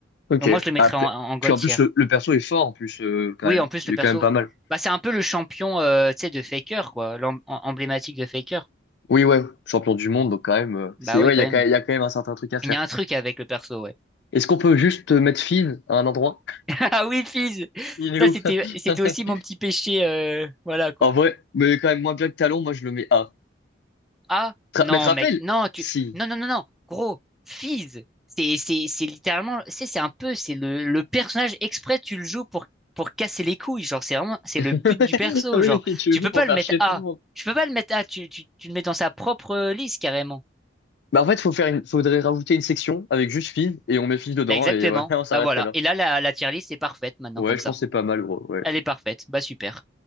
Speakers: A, on the left (about 65°); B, in the centre.
A: ok.
B: Donc moi, je le mettrais
A: Après.
B: en, en God
A: Puis en
B: tier.
A: plus, le, le perso est fort, en plus, euh, quand
B: Oui,
A: même.
B: en plus,
A: Il
B: le
A: est
B: perso...
A: quand même pas mal.
B: Bah, c'est un peu le champion, euh, tu sais, de Faker, quoi. l'em- Emblématique de Faker.
A: Oui, ouais, champion du monde, donc quand même, euh,
B: Bah
A: c'est,
B: oui,
A: ouais,
B: quand
A: il y a
B: même.
A: quand même, il y a quand même un certain truc à faire.
B: Il y a un truc avec le perso, ouais.
A: Est-ce qu'on peut juste euh, mettre Fizz à un endroit?
B: <laughs> Ah oui, Fizz.
A: Il est
B: Ça,
A: où?
B: c'était,
A: <laughs>
B: c'était aussi mon petit péché, euh, voilà, quoi.
A: En vrai, mais quand même moins bien que Talon, moi je le mets A.
B: Ah,
A: Tra-
B: non,
A: mais te rappelles?
B: mec, non, tu,
A: Si.
B: non, non, non, non, gros, Fizz. C'est, c'est, c'est littéralement, c'est, c'est un peu, c'est le, le personnage exprès, tu le joues pour, pour casser les couilles, genre, c'est vraiment, c'est
A: <laughs>
B: le but du perso,
A: Oui,
B: genre.
A: tu
B: Tu
A: joues
B: peux
A: pour
B: pas
A: faire
B: le mettre
A: chier
B: A.
A: tout le monde.
B: Tu peux pas le mettre A, tu, tu, tu le mets dans sa propre euh, liste, carrément.
A: Bah en fait, faut faire une... faudrait rajouter une section avec juste filles et on met filles dedans
B: Bah, exactement.
A: et voilà, <laughs> on s'arrêterait
B: Bah, voilà.
A: là.
B: Et là, la, la tier list est parfaite, maintenant,
A: Ouais,
B: comme
A: je
B: ça.
A: pense que c'est pas mal, gros. Ouais.
B: Elle est parfaite. Bah, super.